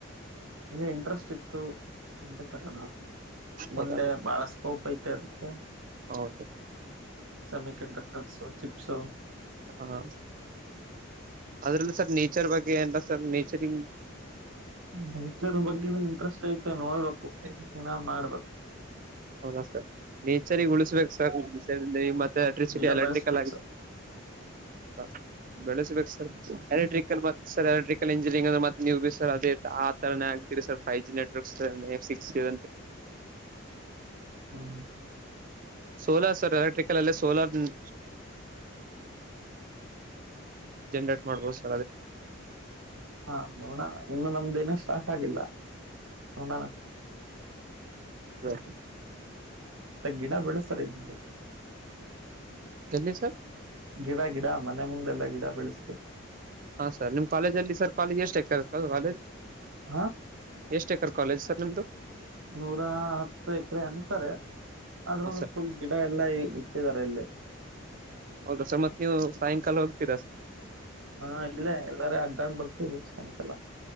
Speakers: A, on the right; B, on the right.
A: ಹಿಂಗ ಇಂಟ್ರೆಸ್ಟ್ ಇತ್ತು ಅಂತ ತಕೊಳನ ಮುಂದೆ
B: ಹೌದಾ ಸರ್
A: ಬಹಳ ಸ್ಕೋಪ್ ಐತ. ತೆ ಅದಕ್ಕೆ.
B: ಹೌದು.
A: ಸೆಮಿಕಂಡಕ್ಟರ್ಸ್ ಸು ಚಿಪ್ಸ್ ಸು.
B: ಹಾ ಅದ್ರಲ್ಲಿ ಸರ್ ನೇಚರ್ ಬಗ್ಗೆ ಏನ್ ರ ಸರ್ ನೇಚರಿಂಗ.
A: ನಚರ್ ಬಗ್ಗೆ ಇಂಟ್ರೆಸ್ಟ್ ಐತೆ ನೋಡ್ಬೇಕು ನಾ ಮಾಡ್ಬೇಕು.
B: ಹೌದಾ ಸರ್ ನೇಚರ್ ಗಿ ಉಳಿಸಬೇಕ ಸರ್ ಸಂಡೇ ಮತ್ತೆ ಎಲೆಕ್ಟ್ರಿಸಿಟಿ
A: ಗಿಡ
B: ಎಲೆಕ್ಟ್ರಿಕಲ್
A: ಬೆಳೆಸ್ಬೇಕು
B: ಆಗಿ.
A: ಸರ್
B: ಹೌದ ಬೆಳೆಸಬೇಕ ಸರ್ ಎಲೆಕ್ಟ್ರಿಕಲ್ ಮ ಸರ್ ಎಲೆಕ್ಟ್ರಿಕಲ್ ಇಂಜಿನಿಯರಿಂಗ್ ಅಂದ್ರ ಮತ. ನೀವು ಬಿ ಸರ್ ಅದೇ ಆ ತರನೇ ಆಗ್ತಿೀರಿ ಸರ್ ಫೈ್ ಜಿ ನೆಟ್ವರ್ಕ್ಸ್ ತರಾನೇ ಸಿಕ್ಸ್ ಜಿ. <unintelligible>
A: ಹ ಹ
B: ಸೋಲಾರ್ ಸರ್ ಎಲೆಕ್ಟ್ರಿಕಲ್ ಅಲ್ಲೇ ಸೋಲಾರ್ ನ್. ಜನ್ರೇಟ್ ಮಾಡ್ಬೋದ್ ಸ್.
A: ಹಾ ನೋಣ ಇನ್ನು ನಮ್ದೇನ ಸ್ಟಾರ್ಟ್ ಆಗಿಲ್ಲ. ನೋಡೋಣ
B: ಬ್ಯಾ
A: ತ ಗಿಡ ಬೆಳಸ್ತಾರೆ ನೀವು.
B: ಗಲ್ಲಿ ಸಾರ್.
A: ಗಿಡ ಗಿಡ ಮನೆ ಮುಂದೆಲ್ಲಾ ಗಿಡ ಬೆಳಸ್ತು.
B: ಹಾ ಸರ್ ನಿಮ್ ಕಾಲೇಜ್ ಅಲ್ಲಿ ಸರ್ ಕಾಲೇಜ್ ಎಷ್ಟು ಎಕ್ರ್ ಅದ
A: ಹಾ
B: ಎಷ್ಟ ಎಕರ್ ಕಾಲೇಜ್ ಸರ್ ನಿಮ್ದು
A: ನೂರ ಹತ್ತ ಎಕ್ರೆ ಅಂತರೆ. ಆದ್ರು
B: ಹಾ ಸರ್
A: ಫುಲ್ ಗಿಡ ಎಲ್ಲಾ ಇಟ್ಟಿದರೆ.
B: ಹೌದಾ ಸರ್ ಮತ್ ನೀವು ಸಾಯಂಕಾಲ ಹೋಗ್ತಿ
A: ಹಾ ಇಲ್ಲೇ ಎಲ್ಲಾರ ಅಡ್ಡಾಡ್ ಬರ್ತೀವಿ ಸಾಯಂಕಾಲ.